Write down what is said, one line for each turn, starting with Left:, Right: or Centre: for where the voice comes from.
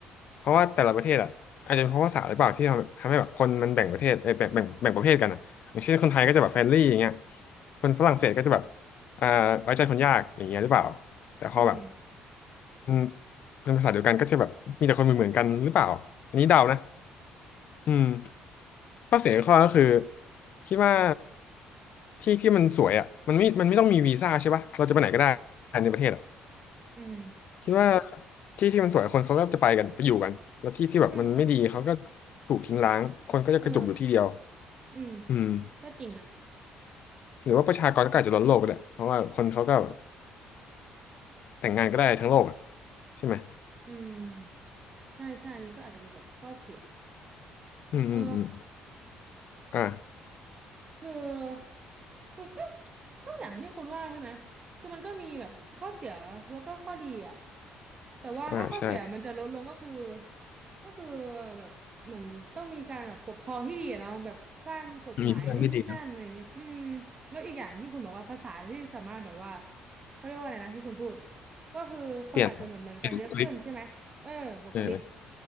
Left: เพราะว่าแต่ละประเทศอ่ะอาจจะเป็นเพราะภาษาหรือเปล่าที่ทำทำให้แบบคนมันแบ่งประเทศเอยแบ่งแบ่งแบ่งประเภทกันอ่ะอย่างเช่นคนไทยก็จะแบบเฟรนลี่อย่างเงี้ยคนฝรั่งเศสก็จะแบบอ่าไว้ใจคนยากอย่างเงี้ยหรือเปล่าแต่พอแบบ
Right: อืม
Left: อืม เป็นภาษาเดียวกันก็จะแบบมีแต่คนเหมือนเหมือนกันหรือเปล่าอันนี้เดานะอืมข้อเสียข้อก็คือคิดว่าที่ที่มันสวยอ่ะมันไม่มันไม่ต้องมีวีซ่าใช่ปะเราจะไปไหนก็ได้ในประเทศอ่ะ
Right: อืม
Left: คิดว่าที่ที่มันสวยคนเขาก็จะไปกันไปอยู่กันแล้วที่ที่แบบมันไม่ดีเขาก็
Right: ใช่ใช่
Left: ถูกทิ้งร้างคนก็จะกระจุกอยู่ที่เดียว
Right: เอออืม
Left: อืม
Right: ก็จริงนะ
Left: หรือว่าประชากรก็อาจจะล้นโลกก็ได้เพราะว่าคนเขาก็แบบแต่งงานก็ได้ทั้งโลกอ่ะใช่ไหม
Right: อืมใช่ใช่นี่ก็อาจจะเป็นแบบข้อเสีย
Left: อืมอืมอืม
Right: เออ
Left: อ่
Right: คือคือก็ก็อย่างที่คุณว่าใช่ไหมคือมันก็มีแบบข้อเสียแล้วก็ข้อดีอ่ะแต่ว่าถ้าข้อเสียมันจะลดลงก็คือ
Left: อ่าอ่าใช่
Right: ก็คือแบบเหมือนต้องมีการแบบปกครองที่ดีอะเนาะแบบสร้างกฎหมายนู่นนี่นั่นอะไรเงี้ยอืม
Left: มีพลังที่ดีครับ
Right: แล้วอีกอย่างที่คุณบอกว่าภาษาที่สามารถแบบว่าเขาเรียกว่าอะไรนะที่คุณพูด ก็คือคนอาจจะเหมือนเหมือนกันเยอะขึ้นใช่ไหมเออบุคลิก
Left: เปลี่ยนเปลี่ยนบุคลิกเออ